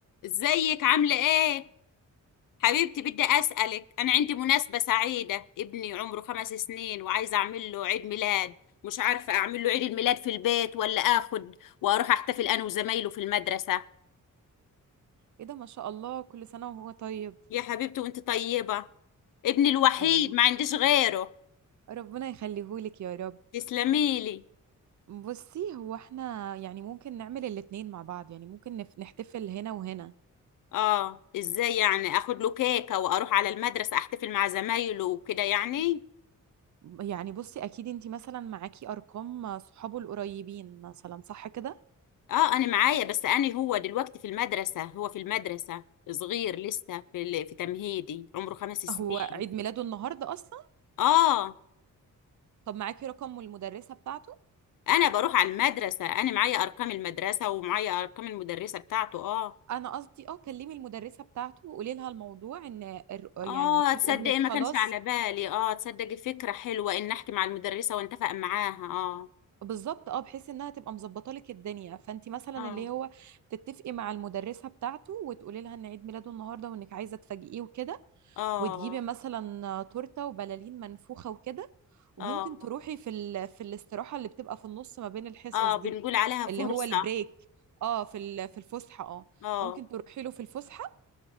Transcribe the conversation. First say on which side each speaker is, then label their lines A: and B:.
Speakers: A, on the left; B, on the right.
A: ازيك عاملة ايه؟ حبيبتي بدي اسألك انا عندي مناسبة سعيدة ابني عمره خمس سنين وعايزة اعمل له عيد ميلاد مش عارفة اعمل له عيد الميلاد في البيت ولا اخد واروح احتفل انا وزمايله في المدرسة
B: ايه ده ما شاء الله كل سنة وهو طيب
A: يا حبيبتي وانت طيبة ابني الوحيد
B: آه
A: ما عنديش غيره
B: ربنا يخليهولك يا رب
A: تسلميلي
B: بصي هو احنا يعني ممكن نعمل الاتنين مع بعض يعني ممكن نف- نحتفل هنا وهنا
A: اه ازاي يعني اخد له كيكة واروح على المدرسة احتفل مع زمايله وكده يعني
B: يعني بصي اكيد انتي مثلا معاكي ارقام صحابه القريبين مثلا صح كده
A: اه انا معايا بس انا هو دلوقتي في المدرسه هو في المدرسه صغير لسه في ال- في تمهيدي عمره خمس سنين
B: هو عيد ميلاده النهارده اصلا
A: اه
B: طب معاكي رقم المدرسة بتاعته
A: انا بروح على المدرسه انا معايا ارقام المدرسه ومعايا ارقام المدرسه بتاعته اه
B: انا قصدي اه كلمي المدرسة بتاعته وقولي لها الموضوع ان الر-
A: اه
B: يعني في
A: تصدقي
B: ابنك خلاص
A: ما كانش على بالي اه تصدقي فكره حلوه ان احكي مع المدرسه وانتفق معاها اه
B: بالظبط اه بحيث انها تبقى مظبطه لك الدنيا فانت مثلا
A: اه
B: اللي هو تتفقي مع المدرسه بتاعته وتقولي لها ان عيد ميلاده النهارده وانك عايزه تفاجئيه وكده
A: اه
B: وتجيبي مثلا تورته وبلالين منفوخه وكده وممكن
A: اه
B: تروحي في ال... في الاستراحه اللي بتبقى في النص ما بين الحصص
A: اه
B: دي
A: بنقول عليها فرصه
B: اللي هو البريك اه في ال... في الفسحه اه
A: اه
B: ممكن تروحي له في الفسحه